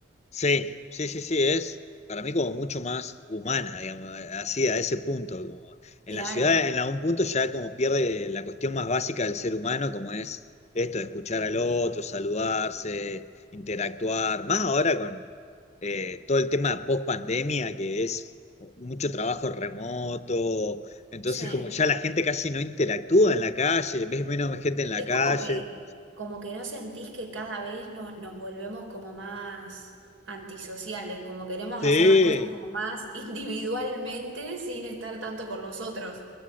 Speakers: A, on the left (about 35°); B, on the right (about 85°).
A: Sí, sí, sí, sí, es para mí como mucho más humana, digamos, así a ese punto. como en
B: Claro,
A: la ciudad, en algún punto ya como pierde la cuestión más básica del ser humano, como es esto de escuchar al otro, saludarse, interactuar, más ahora con eh, todo el tema post pandemia, que es mucho trabajo remoto, entonces
B: sí.
A: como ya la gente casi no interactúa en la calle, ves menos gente en la
B: Es
A: calle.
B: como que, como que no sentís que cada vez no- nos volvemos como más antisociales, como queremos
A: Sí.
B: hacer las cosas como más <laughs> individualmente sin estar tanto con los otros.